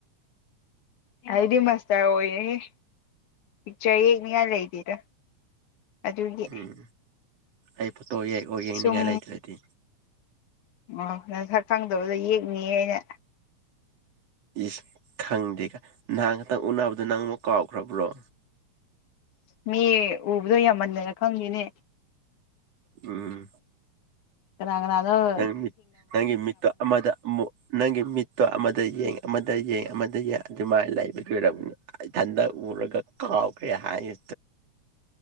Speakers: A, on the left (about 85°); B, on the right (about 60°).
A: ꯑꯩꯗꯤ ꯃꯁꯇꯔ ꯑꯣꯏꯔꯦꯍꯦ ꯄꯤꯛꯆꯔ ꯌꯦꯛꯅꯤꯡꯉꯥꯏ ꯂꯩꯇꯦꯗ ꯑꯗꯨꯒꯤ
B: ꯎꯝ ꯑꯩ ꯐꯣꯠꯇꯣ ꯌꯦꯛꯑꯣ ꯌꯦꯛꯅꯤꯡꯉꯥꯏ
A: ꯁꯨꯝ
B: ꯂꯩꯇ꯭ꯔꯗꯤ
A: ꯑꯣ ꯅꯁꯛ ꯈꯪꯗꯕꯗꯣ ꯌꯦꯛꯅꯤꯌꯦ ꯑꯩꯅ
B: ꯏꯁꯁ ꯈꯪꯗꯦꯒꯥꯏ ꯅꯍꯥꯟ ꯈꯇꯪ ꯎꯅꯕꯗꯣ ꯅꯪ ꯑꯃꯨꯛ ꯀꯥꯎꯈ꯭ꯔꯕ꯭ꯔꯣ
A: ꯃꯤ ꯎꯕꯗꯣ ꯌꯥꯝꯃꯟꯗꯅ ꯈꯪꯗꯦꯅꯦ
B: ꯎꯝ
A: ꯀꯥꯅꯥ ꯀꯥꯅꯥꯅꯣ
B: ꯅꯪ ꯃꯤꯠ ꯅꯪꯒꯤ ꯃꯤꯠꯇꯣ ꯑꯃꯗ ꯑꯃꯨꯛ ꯅꯪꯒꯤ ꯃꯤꯠꯇꯣ ꯑꯃꯗ ꯌꯦꯡ ꯑꯃꯗ ꯌꯦꯡ ꯑꯃꯗ ꯌꯦꯡ ꯑꯗꯨꯃꯥꯏꯅ ꯂꯩꯕꯩ ꯑꯣꯏꯔꯝꯅꯤ ꯏꯊꯟꯗ ꯎꯔꯒ ꯀꯥꯎꯈ꯭ꯔꯦ ꯍꯥꯏꯅ